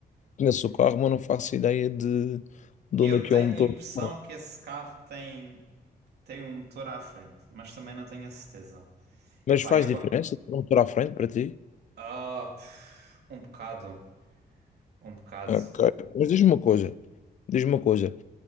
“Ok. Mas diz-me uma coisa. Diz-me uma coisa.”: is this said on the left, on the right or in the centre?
Left